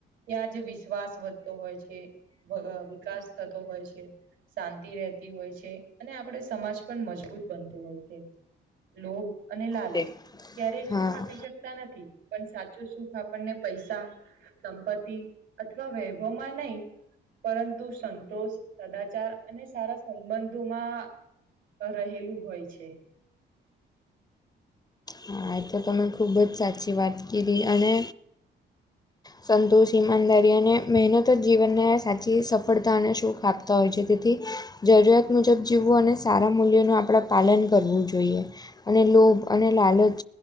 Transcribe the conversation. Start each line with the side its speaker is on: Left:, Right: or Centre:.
Right: ત્યાં જ વિશ્વાસ વધતો હોય છે વ અહ વિકાસ થતો હોય છે. શાંતિ રહેતી હોય છે અને આપડે સમાજ પણ મજબૂત બનતું હોય છે. લોભ અને લાલચ
Left: તે
Right: ક્યારે શું
Left: હા
Right: ખાપી શક તા નથી પણ સાચું આપણને સંપત્તિ અથવા વે ઘમાં નહી પરંતુ સં દોષ સદાચાર અને સારા સંબંધોમાં રહેલું હોય છે.
Left: હા એ તો તમે ખૂબ જ સાચી વાત કીધી અને સંતોષ ઈમાનદારી અને મહેનત જ જીવનને સાચી સફળતા અને સુખ આપતા હોય છે તેથી જરૂરિયાત મુજબ જીવવું અને સારા મૂલ્યોનું આપડે પાલન કરવું જોઈએ. અને લોભ અને લાલચ